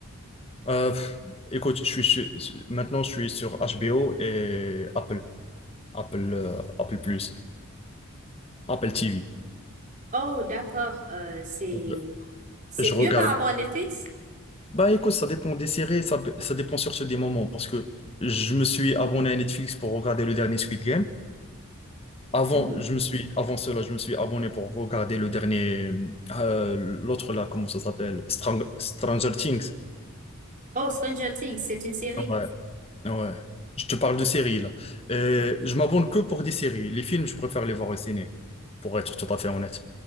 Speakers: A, on the left; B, on the right.
A: Euh, pff, écoute, je suis, je suis- maintenant je suis sur HBO et Apple, Apple, euh, Apple Plus, Apple TV.
B: Oh, d'accord. Euh, c'est
A: Donc, euh,
B: c'est
A: je
B: mieux
A: regarde.
B: par rapport à Netflix?
A: Bah écoute, ça dépend des séries, ça, ça dépend surtout des moments parce que je me suis abonné à Netflix pour regarder le dernier Squid Game. Avant,
B: Mhm.
A: je me suis, avant cela, je me suis abonné pour regarder le dernier, euh, l'autre là, comment ça s'appelle? Strang- Stranger Things.
B: Oh, Stranger Things, c'est une série.
A: Ouais, ouais. Je te parle de séries là. Euh, je m'abonne que pour des séries. Les films, je préfère les voir au ciné, pour être tout à fait honnête.